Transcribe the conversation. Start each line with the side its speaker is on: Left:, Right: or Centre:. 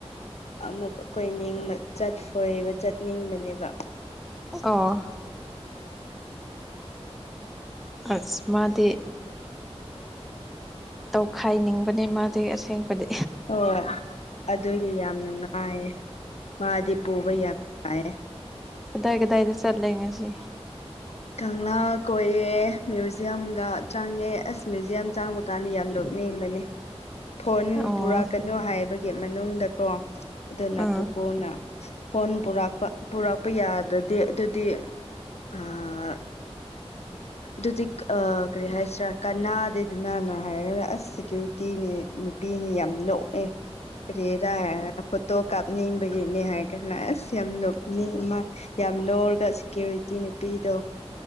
Left: ꯑꯃꯨꯛ ꯀꯣꯏꯅꯤꯡꯕ ꯆꯠ ꯀꯣꯏꯕ ꯆꯠꯅꯤꯡꯕꯅꯦꯕ
Centre: ꯑꯣ ꯑꯁ ꯃꯥꯗꯤ ꯇꯧꯈꯥꯏꯅꯤꯡꯕꯅꯦ ꯃꯥꯗꯤ ꯑꯁꯦꯡꯕꯗꯤ
Left: ꯍꯣꯏ ꯑꯗꯨꯒꯤ ꯌꯥꯝ ꯅꯨꯡꯉꯥꯏꯌ‌ꯦ ꯃꯥꯗꯤ ꯄꯨꯕ ꯌꯥꯝ ꯅꯨꯡꯉꯥꯏꯌꯦ
Centre: ꯀꯗꯥꯏ ꯀꯗꯥꯏꯗ ꯆꯠꯂꯦ ꯉꯁꯤ
Left: ꯀꯪꯂꯥ ꯀꯣꯏꯌꯦ ꯃ꯭ꯌꯨꯖꯤꯌꯝꯒ ꯆꯥꯡꯉꯦ ꯑꯁ ꯃ꯭ꯌꯨꯖꯤꯌꯝ ꯆꯥꯡꯕ ꯃꯥꯗꯤ ꯌꯥꯝ ꯅ‌ꯣꯛꯅꯤꯡꯕꯅꯦ ꯐꯣꯟ
Centre: ꯑꯣ
Left: ꯄꯨꯔꯛꯀꯅꯨ ꯍꯥꯏꯕꯒꯤ ꯃꯅꯨꯡꯗꯀꯣ ꯑꯗꯨꯅ
Centre: ꯑꯥ
Left: ꯄꯨꯄꯨꯅ ꯐꯣꯟ ꯄꯨꯔꯛꯄ ꯄꯨꯔꯛꯄ ꯌꯥꯗ꯭ꯔꯗꯤ ꯑꯗꯨꯗꯤ ꯑꯥ ꯑꯗꯨꯗꯤ ꯑ ꯀꯔꯤ ꯍꯥꯏꯁꯤꯔꯥ ꯀꯅꯥ‌ꯦꯗꯗꯅ ꯍꯥꯏꯔꯒ ꯑꯁ ꯁꯦꯀ꯭ꯌꯨꯔꯤꯇꯤꯅꯦ ꯅꯨꯄꯤꯅꯤ ꯌꯥꯝ ꯅꯣꯛꯑꯦ ꯀꯔꯤꯔꯥ ꯍꯥꯏꯔ ꯐꯣꯇꯣ ꯀꯥꯞꯅꯤꯡꯕꯒꯤꯅꯦ ꯍꯥꯏꯔꯒꯥꯟꯅ ꯑꯁ ꯌꯥꯝ ꯅꯣꯛꯅꯤꯡꯃ ꯌꯥꯝ ꯂꯔꯒ ꯁꯦꯀ꯭ꯌꯨꯔꯤꯇꯤ ꯅꯨꯄꯤꯗꯣ